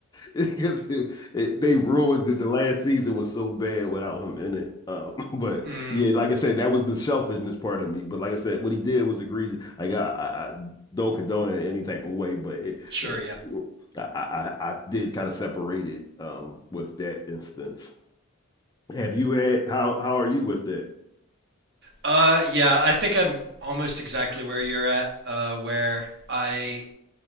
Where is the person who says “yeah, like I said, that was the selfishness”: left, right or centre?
Left